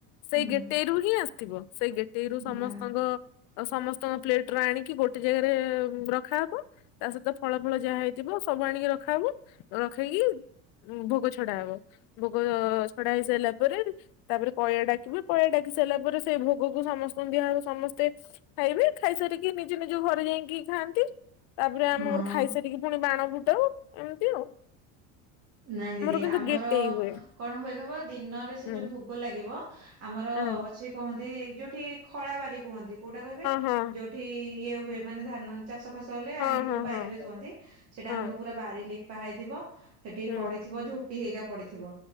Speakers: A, on the left; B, on the right.
A: ସେଇ
B: ହୁଁ
A: ଗେଟେଇରୁ ହିଁ ଆସିଥିବ ସେଇ ଗେଟେଇରୁ ସମସ୍ତଙ୍କ
B: ନା
A: ସମସ୍ତଙ୍କ ପ୍ଲେଟ ର ଆଣିକି ଗୋଟେ ଜାଗାରେ ରଖାହବ ତା ସହିତ ଫଳ ଫଳ ଯାହା ହେଇଥିବ ସବୁ ଆଣିକି ରଖାହବ ରଖେଇକି ଭୋଗ ଛଡା ହବ ଭୋଗ ଛଡା ହେଇ ସାରିଲା ପରେ ତାପରେ ପଇଁଆ ଡ଼ାକି ପଇଁଆ ଡ଼ାକି ସାରିଲା ପରେ ସେଇ ଭୋଗକୁ ସମସ୍ତଙ୍କୁ ଦିଆହବ ସମସ୍ତେ ଖାଇବେ ଖାଇସାରିକି ନିଜ ନିଜ ଘ୍ ଘରେ ଯାଇକି ଖାଆନ୍ତି। ତାପରେ ଆମେ
B: ହଁ।
A: ମୋର ଖାଇସାରିକି ପୁଣି ବାଣ ଫୁଟାଉ ଏମିତି ଆଉ।
B: ନାଇଁ ଦିଦି
A: କିନ୍ତୁ
B: ଆମର
A: ଗେଟେଇ ହୁଏ
B: କଣ ହୁଏ କହିବ ଦିନରେ ସେ
A: ହୁଁ
B: ଯୋଉ ଭୋଗ ଲାଗିବ। ଆମର
A: ହଁ
B: ଅଛି କୁହନ୍ତି ଯୋଉଠି ଖଳା ବାରି କୁହନ୍ତି, କୋଉଟା କହିବେ
A: ହଁ
B: ଯୋଉଠି ଇଏ ହୁଏ ମାନେ ଧାନ ଚାଷ ଫାସ ହେଲେ
A: ହଁ
B: ଆଣିକି
A: ହଁ
B: ଯୋଉ ବାରିରେ
A: ହଁ ହଁ।
B: ଶୁଅନ୍ତି ସେଇଟା
A: ହଁ
B: ଆମର ପୁରା ବାରି ଲିପା ହେଇଥିବ। ସେଠି
A: ହୁଁ
B: ପଡିଥିବ ଝୋଟି ହେଇକ ପଡିଥିବ